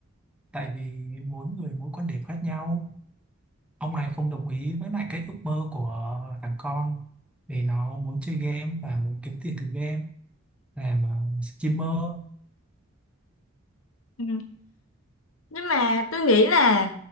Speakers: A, in the centre; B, on the left.
A: tại vì mỗi người mỗi quan điểm khác nhau ông này không đồng ý với lại cái ước mơ của thằng con vì nó muốn chơi game và muốn kiếm tiền từ game làm ờ, streamer
B: Ừ. nhưng mà tôi nghĩ là